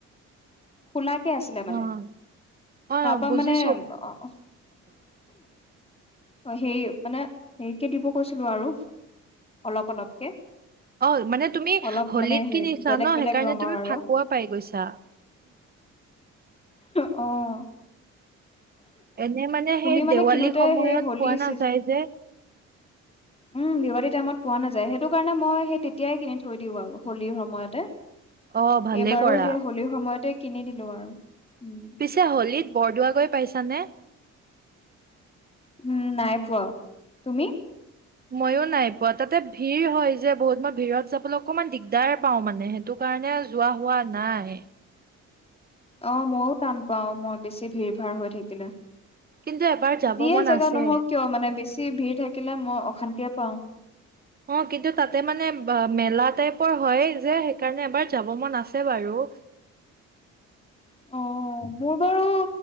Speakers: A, on the left; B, on the right.
A: খোলাকে আছিলে
B: অ',
A: মানে।
B: অ',
A: তাৰপৰা
B: বুজিছো।
A: মানে অ',
B: <inaudible>
A: অ' অ', হেৰি মানে, হেৰিকে দিব কৈছিলোঁ আৰু। অলপ অলপকে।
B: অ', মানে তুমি
A: অলপ
B: হলীত
A: মানে হে
B: কিনিছা
A: বেলেগ
B: ন,
A: বেলেগ
B: সেইকাৰণে
A: ৰঙৰ
B: তুমি
A: আৰু
B: ফাকুৱা পাই গৈছা।
A: অ'।
B: এনে মানে
A: তুমি
B: সেই
A: মানে
B: দেৱালী
A: কিনোতে
B: সময়ত
A: সেই হোলী
B: পোৱা নাযায়
A: চিজন
B: যে।
A: উম দেৱালী টাইমত পোৱা নাযায়। সেইটো কাৰণে মই সেই তেতিয়াই কিনি থৈ দিওঁ আৰু হোলীৰ সময়তে।
B: অ', ভালে
A: এইবাৰো
B: কৰা।
A: সেই হোলীৰ সময়তে কিনি দিলোঁ আৰু। উম।
B: পিছে হোলীত বৰদোৱা গৈ পাইছানে?
A: উম নাই পোৱা, তুমি?
B: ময়ো নাইপোৱা। তাতে ভিৰ হয় যে বহুত, মই ভিৰত যাবলৈ অকণমান দিগদাৰে পাওঁ মানে। সেইটো কাৰণে যোৱা হোৱা নাই।
A: অ', মইয়ো টান পাওঁ, মই বেছি ভিৰ-ভাৰ হৈ থাকিলে।
B: কিন্তু এবাৰ যাব
A: যিয়ে
B: মন
A: জেগা
B: আছে।
A: নহক কিয়, মানে বেছি ভিৰ থাকিলে মই অশান্তিয়ে পাওঁ।
B: অ', কিন্তু তাতে মানে ব মেলা টাইপৰ হয় যে, সেইকাৰণে এবাৰ যাব মন আছে বাৰু।
A: অ', মোৰ বাৰু